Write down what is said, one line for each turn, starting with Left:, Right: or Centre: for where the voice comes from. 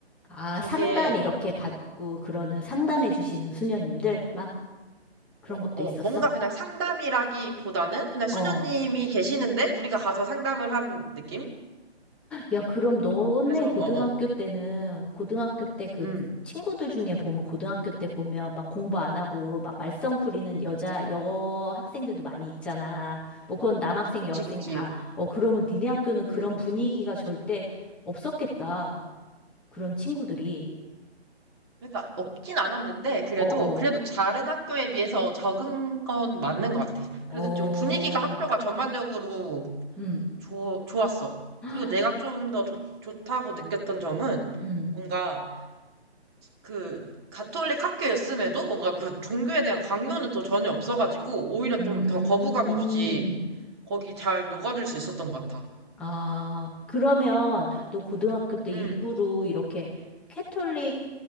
Centre: 아,
Right: 되게,
Centre: 상담 이렇게 받고 그러는 상담해 주시는 수녀님들 막 그런
Right: 어,
Centre: 것도
Right: 어,
Centre: 있었어.
Right: 뭔가 그냥 상담이라기보다는 그냥 수녀님이
Centre: 어.
Right: 계시는데, 우리가 가서 상담을 한 느낌?
Centre: 야, 그럼 너네
Right: 그래서,
Centre: 고등학교
Right: 어, 어.
Centre: 때는 고등학교 때 그
Right: 음.
Centre: 친구들 중에 보면 고등학교 때 보면 막 공부 안 하고 막 말썽 부리는 여자 여 학생들도 많이 있잖아. 뭐 그건 남학생
Right: 그치,
Centre: 여학생
Right: 그치.
Centre: 다. 어, 그러면 니네 학교는 그런
Right: 음.
Centre: 분위기가 절대 없었겠다. 그런 친구들이.
Right: 그러니까 없진 않았는데 그래도
Centre: 어, 어.
Right: 그래도 다른 학교에 비해서 적은 건 맞는 것 같아.
Centre: 어.
Right: 그래도 좀 분위기가 학교가 전반적으로
Centre: 음.
Right: 좋 좋았어.
Centre: <gasps>
Right: 그리고 내가 좀 더 좋다고 느꼈던 점은
Centre: 음.
Right: 뭔가 그 가톨릭 학교였음에도 뭔가 그 종교에 대한 강요는 또 전혀 없어가지고 오히려
Centre: 음.
Right: 좀 더 거부감 없이 거기 잘 녹아들 수 있었던 것 같아.
Centre: 아, 그러면 또 고등학교 때
Right: 음.
Centre: 일부러 이렇게 캐톨릭